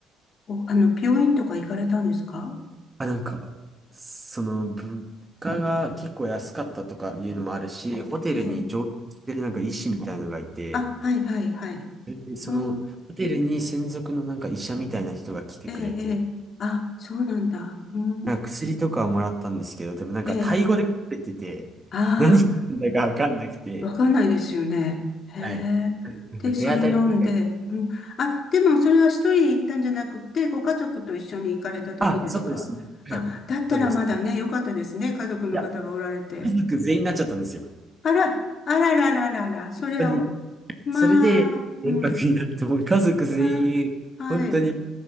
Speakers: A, on the left; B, on the right.
A: お、あの、病院とか行かれたんですか
B: あ、なんか、その、物価が結構安かったとかいうのもあるし、ホテルに常駐してるなんか医師みたいのがいて、
A: ええ。あ、はい、はい、はい。
B: でその、
A: うん、
B: ホテルに専属のなんか医者みたいな人が来てくれて、
A: ええ、ええ。あ、そうなんだ。うん、
B: なんか薬とかはもらったんですけど、でもなんかタイ語で書かれてて、
A: ええ。あ
B: 何言ってんだかわかんなくて、
A: あ、わかんないですよね。へえ。
B: はい。なんか手当たりみたいな。
A: で、それ飲んで、うん。あ、でもそれは一人で行ったんじゃなくて、ご家族と一緒に行かれた時ですかあ、
B: あ、そうですね。はい。
A: だったらまだね、
B: そうです。
A: よかったですね。家族の方がおられて。
B: いや、家族全員になっちゃったんですよ。本
A: あら、あららららら、それはお、
B: 当に。
A: まあ、
B: それで、連泊になって、
A: うん。
B: もう家族全員、
A: あ、はい。
B: 本当に